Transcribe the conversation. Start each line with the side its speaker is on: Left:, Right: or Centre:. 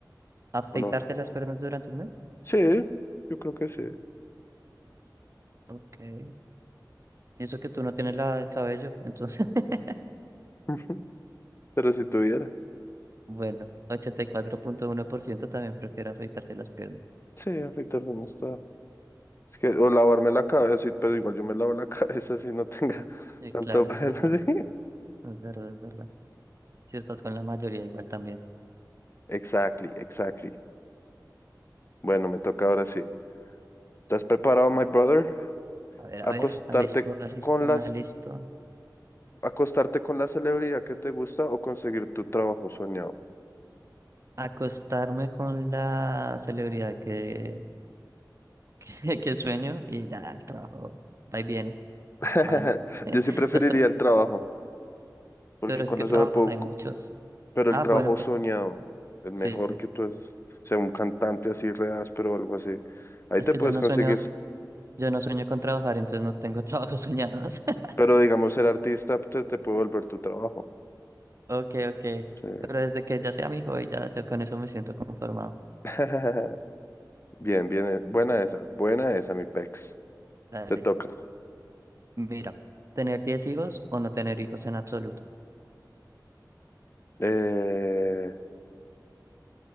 Right: ¿Afeitarte
Left: ¿O no?
Right: las piernas durante un mes?
Left: Sí, yo creo que sí.
Right: Ok. Y Eso que tú no tienes la el cabello, entonces, <laughs>
Left: <laughs> Pero si tuviera.
Right: bueno, ochenta y cuatro punto uno por ciento también prefiere afeitarte las piernas.
Left: Sí, afeitarse no está. Es que, o lavarme la cabeza, sí, pero igual yo me lavo la <laughs> cabeza si no tenga <laughs>
Right: Sí,
Left: tanto
Right: claro,
Left: pelo
Right: es verdad.
Left: así. <laughs>
Right: Es verdad, es verdad. Si estás con la mayoría, igual también.
Left: Exactly, exactly. Bueno, me toca ahora sí. ¿Estás preparado, my brother?
Right: A ver,
Left: Acostarte
Right: a ver, alisto, alisto,
Left: con las,
Right: me alisto.
Left: acostarte con la celebridad que te gusta o conseguir tu trabajo soñado.
Right: Acostarme con la celebridad que, <laughs> que, que sueño y ya el trabajo va y viene.
Left: <laughs>
Right: Van <laughs>
Left: Yo sí preferiría
Right: los tra-
Left: el trabajo, porque
Right: Pero
Left: con
Right: es que
Left: eso
Right: trabajos
Left: me puedo,
Right: hay
Left: cu-
Right: muchos.
Left: pero
Right: Ah,
Left: el trabajo
Right: bueno, con-
Left: soñado, el
Right: sí,
Left: mejor
Right: sí,
Left: que
Right: sí.
Left: tú es, sea, un cantante así re áspero algo así. Ahí
Right: Es
Left: te
Right: que
Left: puedes
Right: yo no
Left: conseguir,
Right: sueño, yo no sueño con trabajar, entonces no tengo <laughs> trabajos soñados. <laughs>
Left: pero digamos ser artista te, te puede volver tu trabajo.
Right: Ok, ok.
Left: Sí.
Right: Pero desde que ya sea mi hobby, ya yo con eso me siento conformado.
Left: <laughs> Bien, bien, eh, buena esa, buena esa, mi pex.
Right: Dale.
Left: Te toca.
Right: Mira, ¿tener 10 hijos o no tener hijos en absoluto?
Left: Eh,